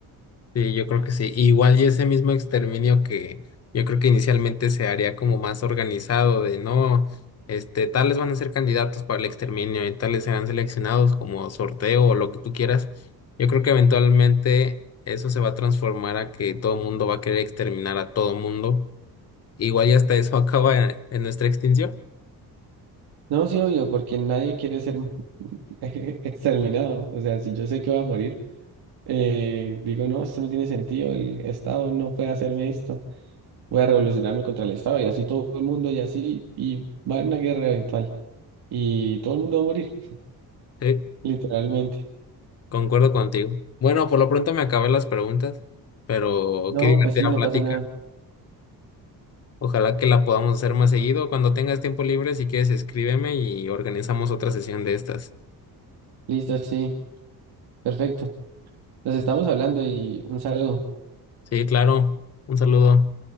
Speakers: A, on the left (about 40°); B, on the right (about 80°).
A: Sí, yo creo que sí. Igual y ese mismo exterminio que yo creo que inicialmente se haría como más organizado de no, este, tales van a ser candidatos para el exterminio y tales serán seleccionados como sorteo o lo que tú quieras. Yo creo que eventualmente eso se va a transformar a que todo mundo va a querer exterminar a todo mundo. Igual y hasta eso <laughs> acaba en, en nuestra extinción.
B: No, sí, obvio, porque nadie quiere ser <laughs> exterminado. O sea, si yo sé que voy a morir, eh, digo, no, esto no tiene sentido, el Estado no puede hacerme esto, voy a revolucionarme contra el Estado y así todo el mundo y así, y va a haber una guerra eventual y todo el mundo va a morir,
A: Sí.
B: literalmente.
A: Concuerdo contigo. Bueno, por lo pronto me acabé las preguntas, pero
B: No,
A: qué divertida
B: pues sí, no
A: plática.
B: pasa nada.
A: Ojalá que la podamos hacer más seguido. Cuando tengas tiempo libre, si quieres, escríbeme y organizamos otra sesión de estas.
B: Listo, sí, perfecto. Nos estamos hablando y un saludo.
A: Sí, claro. Un saludo.